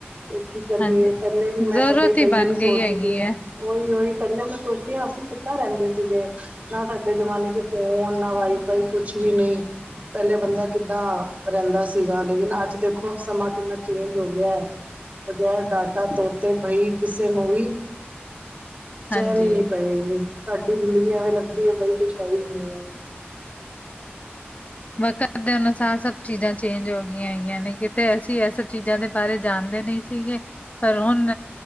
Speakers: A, on the right (about 35°); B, on the left (about 35°).
A: ਤੇ ਕੀ ਕਰੀਏ
B: ਹਾਂਜੀ
A: ਪਹਿਲੇ ਵੀ ਮੈਂ
B: ਜ਼ਰੂਰਤ
A: ਕਦੇ
B: ਹੀ
A: ਕਈ ਵਾਰੀ
B: ਬਣ
A: ਸੋਚਦੀ
B: ਗਈ ਹੈਗੀ
A: ਆਾਂ
B: ਹੈ
A: ਉਹੀ ਉਹੀ ਪਹਿਲੇ ਮੈਂ ਸੋਚਦੀ ਹਾਂ ਅਸੀਂ ਕਿੱਦਾਂ ਰਹਿੰਦੇ ਸੀਗੇ ਨਾ ਸਾਡੇ ਜ਼ਮਾਨੇ ਚ ਫੋਨ ਨਾ ਵਾਈਫਾਈ ਕੁਛ ਵੀ ਨਹੀਂ ਪਹਿਲੇ ਬੰਦਾ ਕਿੱਦਾਂ ਰਹਿੰਦਾ ਸੀਗਾ ਲੇਕਿਨ ਅੱਜ ਦੇਖੋ ਸਮਾਂ ਕਿੰਨਾ ਚੇਂਜ ਹੋ ਗਿਆ ਹੈ ਬਗੈਰ ਡਾਟਾ ਤੋ ਤੇ ਬਈ ਕਿਸੇ ਨੂੰ ਵੀ ਚੈਨ
B: ਹਾਂਜੀ
A: ਨੀ ਪਏਗੀ ਸਾਡੀ ਜ਼ਿੰਦਗੀ ਐਵੇਂ ਲੱਗਦੀ ਹੈ ਬਈ ਕੁੱਛ ਹੈ ਹੀ ਨਹੀਂ ਹੈ
B: ਵਕਤ ਦੇ ਅਨੁਸਾਰ ਸਭ ਚੀਜ਼ਾਂ ਚੇਂਜ ਹੋ ਗਈਆਂ ਹੈਗੀਆਂ ਨੇ ਕਿਤੇ ਅਸੀਂ ਇਹ ਸਭ ਚੀਜ਼ਾਂ ਦੇ ਬਾਰੇ ਜਾਣਦੇ ਨਹੀਂ ਸੀਗੇ ਪਰ ਹੁਣ